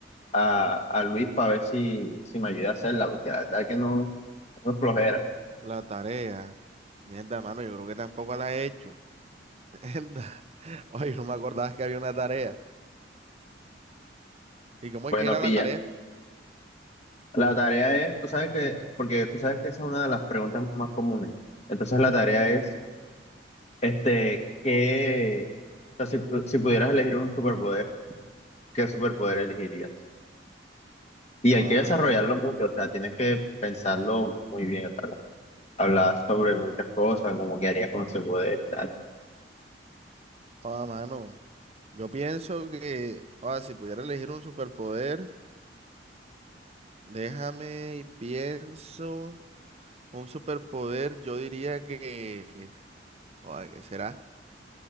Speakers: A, on the left; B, on the right.
A: a, a Luis para ver si, si me ayuda a hacerla, porque la verdad es que no, no es flojera.
B: la tarea. Mierda, mano, yo creo que tampoco la he hecho. <laughs> Mierda. Ay, no me acordaba que había una tarea. ¿Y cómo
A: Bueno,
B: es que era
A: pilla.
B: la tarea?
A: La tarea es, tú sabes que, porque tú sabes que esa es una de las preguntas más comunes. Entonces la tarea es Este, que, o sea, si, pu- si pudieras elegir un superpoder, ¿qué superpoder elegirías? Y hay
B: Oh,
A: que
B: mano,
A: desarrollarlo mucho, o sea, tienes que pensarlo muy bien, o sea, hablar sobre muchas cosas, como qué harías con ese poder y tal.
B: oh, mano. Yo pienso que, oh, si pudiera elegir un superpoder, déjame y pienso. Un superpoder, yo diría que, oh, ¿qué será?